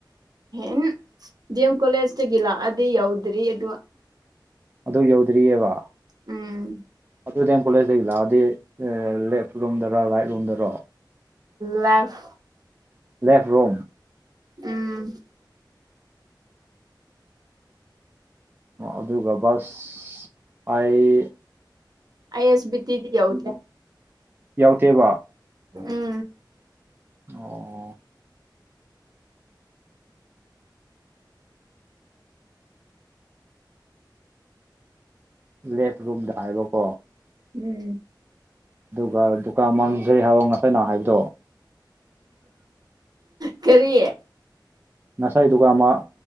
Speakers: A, on the right (about 55°); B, on the right (about 25°).
A: ꯍ ꯗꯤ ꯑꯦꯝ ꯀꯣꯂꯦꯖ ꯇꯒꯤ ꯂꯥꯛꯑꯗꯤ ꯌꯥꯎꯗ꯭ꯔꯤ ꯑꯗꯨ
B: ꯑꯗꯨ ꯌꯧꯗ꯭ꯔꯤꯑꯕ
A: ꯎꯝ
B: ꯑꯗꯨ ꯗꯦꯝ ꯀꯣꯂꯦꯖꯇꯒꯤ ꯂꯥꯛꯑꯗꯤ ꯂꯦꯐ ꯔꯣꯝꯗꯔ ꯔꯥꯏꯠ ꯔꯣꯝꯗꯔꯣ
A: ꯂꯦꯐ
B: ꯂꯦꯐ ꯔꯣꯝ
A: ꯎꯝ
B: ꯑꯗꯨꯒ ꯕꯁ ꯄꯩ
A: ꯑꯥꯏ ꯑꯁ ꯕꯤꯇꯗꯤ ꯌꯥꯎꯗ
B: ꯌꯥꯎꯗꯦꯕ
A: ꯎꯝ
B: <inaudible> ꯂꯦꯐ ꯔꯨꯝꯗ ꯍꯥꯏꯕꯀꯣ
A: ꯎꯝ꯫
B: ꯑꯗꯨꯒ ꯗꯨꯀꯥꯟ ꯃꯥꯡꯖꯩ ꯍꯥꯏꯕ ꯉꯁꯥꯏꯅ ꯍꯥꯏꯕꯗꯣ
A: ꯀꯔꯤ
B: ꯉꯁꯥꯏ ꯗꯨꯀꯥꯟ ꯃꯥꯡ